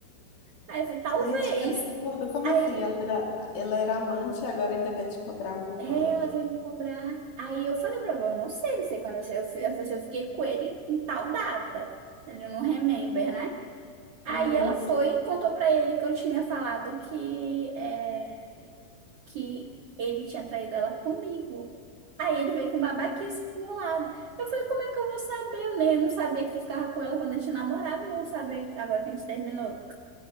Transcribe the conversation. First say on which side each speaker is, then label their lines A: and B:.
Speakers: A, on the right; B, on the left.
A: Aí eu falei, talvez.
B: Gente, que absurdo. Como
A: Aí
B: assim? Ela era, ela era amante e agora ainda quer te cobrar alguma
A: É,
B: coisa.
A: Ela veio me cobrar. Aí eu falei pra ela, eu não sei, não sei quando eu, eu, fi- eu, falei assim, eu fiquei com ele em tal data. Ele não remember, né? Aí
B: Uhum.
A: ela foi e contou pra ele que eu tinha falado que, é, que ele tinha traído ela comigo. Aí ele veio com babaquice pro meu lado. Eu falei, como é que eu vou saber? Eu nem- eu não sabia que tu ficava com ela quando a gente namorava, eu vou saber agora que a gente terminou.